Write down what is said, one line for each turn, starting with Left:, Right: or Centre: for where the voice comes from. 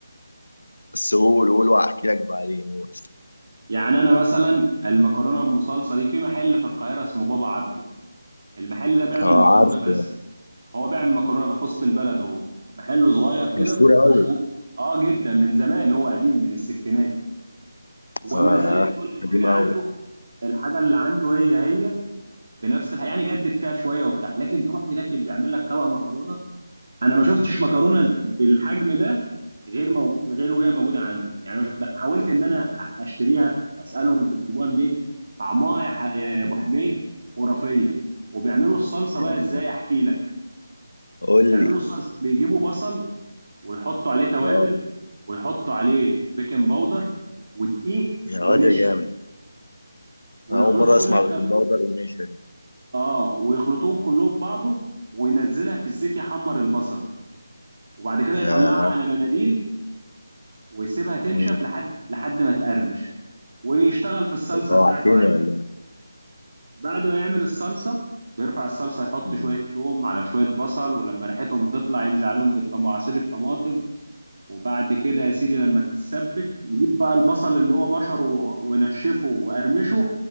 Left: بس قول قول واحكي لك بعدين قول.
Right: يعني انا مثلا المكرونه ام صلصه دي في محل في القاهره اسمه بابا عبده المحل ده بيعمل
Left: اه
Right: مكرونه
Left: عارفه
Right: بس
Left: يعني
Right: هو بيعمل مكرونه بقى في وسط البلد هو محله صغير كده
Left: مشهور قوي
Right: مشهور اه جدا من زمان هو قديم من الستينات وما
Left: اه
Right: زالت كل الحاجه
Left: قديم
Right: عنده
Left: قوي
Right: الحاجه اللي عنده هي هي بنفس الح... يعني جدد فيها شويه وبتاع لكن تروح هناك بيعمل لك طبق مكرونه انا ما شفتش مكرونه بالحجم ده غير موجود غير وهي موجوده عنده يعني ما شفتها حاولت ان انا اشتريها اسالهم انتوا بتجيبوها منين طعمها يا, ح... يا
Left: مم.
Right: ابو حميد خرافيه وبيعملوا الصلصه
Left: يا.
Right: بقى ازاي احكي لك
Left: قول
Right: بيعملوا
Left: لي
Right: الصلصه بيجيبوا بصل ويحطوا عليه توابل
Left: اه
Right: ويحطوا عليه بيكنج باودر ودقيق
Left: يا
Right: ونشا
Left: واد يا جامد
Right: ويخلطوا
Left: أنا أول مرة
Right: كل
Left: أسمع
Right: الك...
Left: بالكم باودر وماشي
Right: اه ويخلطوهم كلهم ببعضه وينزلها في الزيت يحمر البصل وبعد كده يطلعها
Left: آه.
Right: على مناديل ويسيبها تنشف
Left: مم.
Right: لحد لحد ما تقرمش ويشتغل في الصلصة
Left: جوعتني
Right: بتاعته عادي
Left: والله
Right: بعد ما يعمل الصلصة بيرفع الصلصة يحط
Left: آه.
Right: شوية توم على شوية بصل ولما ريحتهم تطلع ينزل عليهم بالطم- عصير الطماطم وبعد كده يا سيدي لما تتسبك يجيب بقى البصل اللي هو بشره و- ونشفه وقرمشه